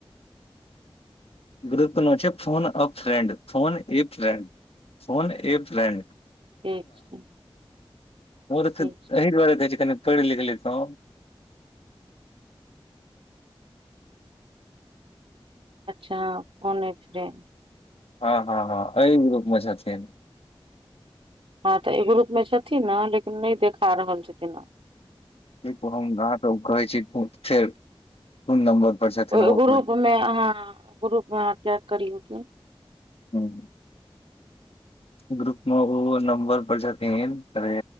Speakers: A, on the left; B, on the right.
A: ग्रुप न छै फोन अ फ्रेंड फोन ए फ्रेड फोन ए फ्रेंड
B: ठीक छै
A: ओ
B: ठीक
A: तऽऽ
B: छै
A: एहिही दूआारे कहै छी कनि पईढ़ लिख लैतौँ
B: अच्छा फन एकसडेंट
A: हँ हँ हँ एय ग्रुप मे छथिन
B: हँ तऽ आई ग्रुप मे छथिन ने लेकिन नहि देखा रहल छथिन ओ
A: देख क हम अहाँ के कहे छी फेर कोन नम्बर पर छथिन
B: ओ ग्रुप
A: कहै
B: मे अहाँ ग्रुप मे चेक करियऔ त
A: हुँ ग्रुप मे ओ नम्बर पर छथिन अरे